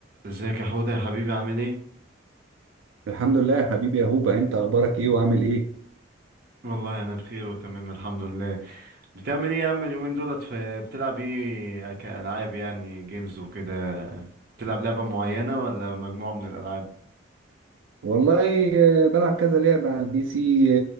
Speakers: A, on the right; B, on the right.
A: ازيك يا حوده يا حبيبي عامل ايه
B: الحمد لله يا حبيبي يا هوبا انت اخبارك ايه وعامل ايه
A: والله انا بخير وتمام الحمد لله بتعمل ايه يا عم اليومين دولت في بتلعب ايه كالعاب يعني جيمز وكده بتلعب لعبه معينه ولا مجموعه من الالعاب
B: والله آه، بلعب كذا لعبة على البي سي